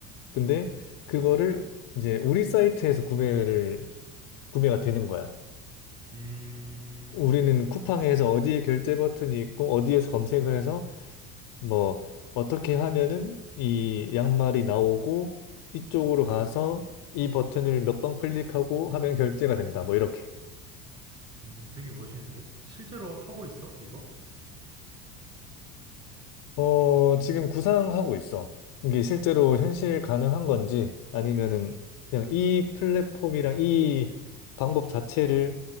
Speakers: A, on the left (about 45°); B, on the right (about 35°).
A: 근데 그거를 이제 우리 사이트에서 구매를, 구매가 되는 거야.
B: 음,
A: 우리는 쿠팡에서 어디에 결제 버튼이 있고 어디에서 검색을 해서 뭐 어떻게 하면은 이 양말이 나오고 이쪽으로 가서 이 버튼을 몇 번 클릭하고 하면 결제가 된다. 뭐 이렇게.
B: 음, 되게 멋있는데? 실제로 하고 있어, 이거?
A: 어, 지금 구상하고 있어. 이게 실제로 현실 가능한 건지 아니면은
B: 음,
A: 그냥 이 플랫폼이랑 이 방법 자체를